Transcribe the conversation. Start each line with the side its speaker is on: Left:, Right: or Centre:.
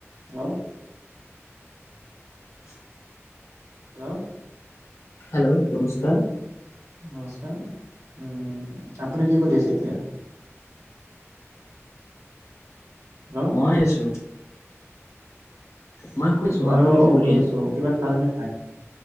Right: Hello
Left: <unintelligible>
Right: hello
Left: hello নমস্কাৰ
Right: নমস্কাৰ উম আপুনি কি কৰি আছে এতিয়া হেল্ল'
Left: মই আছো মই শুইছো
Right: মইো
Left: আপুনি কি
Right: অ
Left: কৰি
Right: শুই আছো কিবা খাল নে নাই